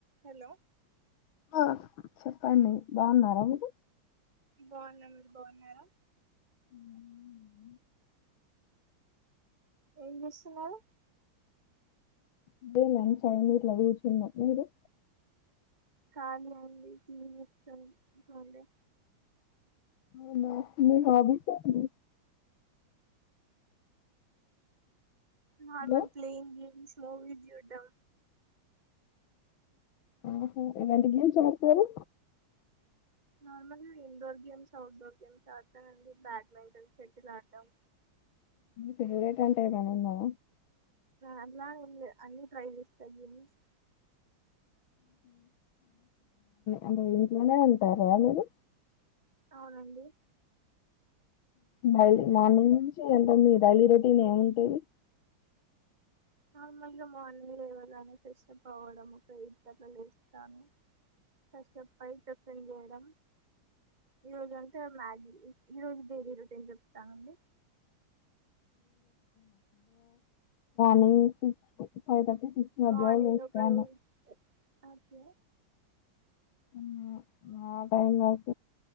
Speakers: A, on the right; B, on the left.
A: హలో
B: ఆ చెప్పండి బాగున్నారా మీరు
A: బాగున్న మీరు బాగున్నారా
B: ఉ <inaudible>
A: ఏమిజేస్తున్నారు
B: అదే లంచ్ అయ్యింది ఇట్ల కూర్చున్నా మీరు
A: కాళీ అండి దవనస్తం అంటే
B: వునా నహవిసడి
A: normal
B: hello
A: playing games movie చూడ్డం
B: ఓహ ఎలాంటి గేమ్స్ ఆడతారు
A: నార్మల్గా ఇండోర్ గేమ్స్ అవుట్డోర్ గేమ్స్ ఆడతానండి బ్యాడ్మింటన్ సెటిల్ ఆడటం
B: ఫేవరేట్ అంటే ఏమన్నా ఉందా
A: అలా అన్ని ట్రై చేస్తారు జీనిస్
B: అంటే ఇంట్లోనే ఉంటారా మీరు
A: అవునండి
B: డైలీ మార్నింగ్ నుంచి ఎంతంది డైలీ రొటీన్ ఏముంటాది
A: నార్మల్గా మ అందర ఏవజనా ఫెస్ప్ అవ్వడం ఒక ఇట్ట్ల లేస్తాను ఫెస్ప్ అయి టిఫన్ చేయడం ఈరోజు అంటే మ్యాగీ ఈరోజు బేర రొటీని చెప్తానండి
B: ని ఫైత ష్ మధ
A: మార్నింగ్
B: వష్టను
A: ఒక ఎయిట్ ఓకే
B: ఉను ఆ టైం కాస